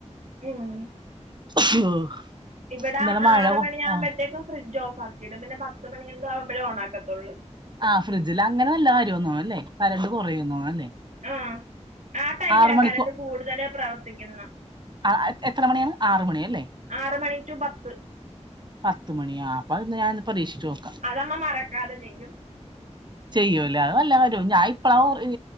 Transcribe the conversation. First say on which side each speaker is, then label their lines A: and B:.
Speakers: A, on the right; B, on the right.
A: ഊമ്
B: <unintelligible>
A: ഇവിടെ
B: ഇന്നലെ മഴ
A: ആറ്
B: കൊ-
A: മണിയാകുമ്പോഴത്തേക്കും
B: ആ
A: ഫ്രിഡ്ജ് ഓഫ് ആക്കിയിടും പിന്നെ പത്ത് മണി ആകുമ്പഴേ ഓണാക്കത്തുള്ളൂ
B: ആഹ് ഫ്രിഡ്ജ് അങ്ങനെ നല്ല കാര്യമാന്ന്തോന്നണ് അല്ലേ കറണ്ട് കുറയുന്ന്തോന്നണ് അല്ലേ
A: ആഹ് ആ ടൈമിലാ
B: ആറു മണിക്കോ
A: കറണ്ട് കൂടുതൽ പ്രവർത്തിക്കുന്ന
B: ആഹ് എത്ര മണിയാണ് ആറു മണി അല്ലേ
A: ആറ് മണി റ്റു പത്ത്
B: പത്ത്മണിയോ ആ അപ്പൊ അത് ഞാൻ പരീക്ഷിച്ച് നോക്കാം
A: അതമ്മ മറക്കാതെ ചെയ്യും
B: ചെയ്യുവല്ലേ അത് നല്ല കാര്യമാണ് ഞാൻ ഇപ്പളാ ഇത്